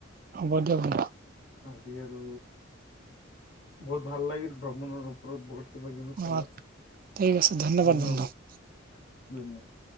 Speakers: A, on the right; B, on the left.
A: হ'ব দিয়ক
B: আজি আৰু, বহুত ভাল লাগিল ভ্ৰমণৰ ওপৰত বহুত কিবা-কিবি কলা,
A: অ ঠিক আছে
B: ধন্যবাদ,
A: বন্ধু
B: ধন্যবাদ।